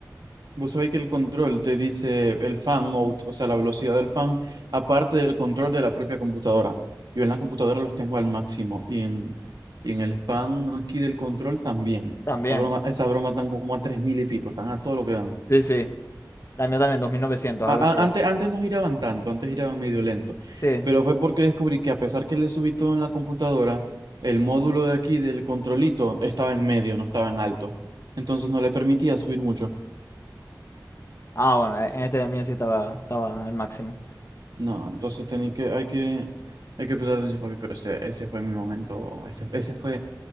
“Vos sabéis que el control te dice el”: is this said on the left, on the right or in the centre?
Right